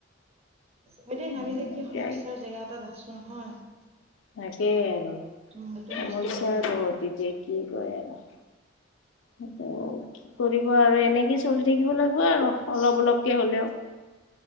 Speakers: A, on the right (about 35°); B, on the left (about 85°).
A: বাইদেউ
B: উম,
A: আমি যে কি
B: এতিয়াই
A: সমস্যাৰ জেগা এটাত আছো নহয়।
B: তাকেই আৰু
A: মূৰটো
B: সমস্যা
A: নষ্ট হৈ যায় আৰু
B: বহুত এতিয়া কি কয় আৰু। সেই কি কৰিব আৰু এনেকে চলি থাকিব লাগিব আৰু অলপ অলপ তেতিয়া হ'লেও।